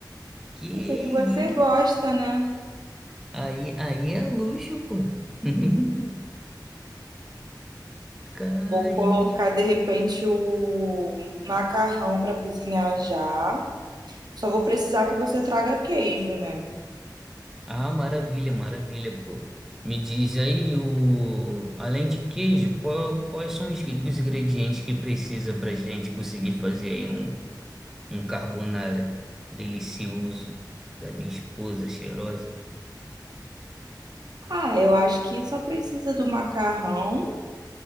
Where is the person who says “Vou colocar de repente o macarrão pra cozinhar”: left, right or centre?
Right